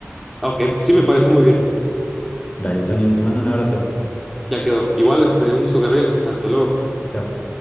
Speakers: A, in the centre; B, on the left (about 25°).
A: Ah, Ok, sí me parece muy bien.
B: Dale, Tony, te mando un abrazo.
A: Ya quedó. Igual, este, un gusto, Gabriel. Hasta luego.
B: Chao.